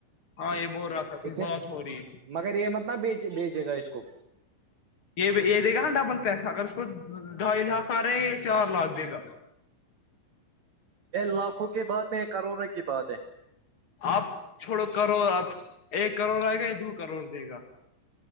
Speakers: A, on the left; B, on the right.
A: ہاں یہ بول رہا تھا کچھ
B: اتنے
A: بہات ہو رہی تھی
B: مگر یہ مت نہ بیچ بیچے گا اس کو
A: یہ یہ دے گا نا ڈبل پیسہ اگر اس کو ڈھائی لاکھ آ رہا ہے یہ چار لاکھ دے گا
B: یہ لاکھوں کی بات ہے کروڑوں کی بات ہے
A: آپ چھوڑو کروڑ آپ ایک کروڑ آئے گا یا دو کروڑ دے گا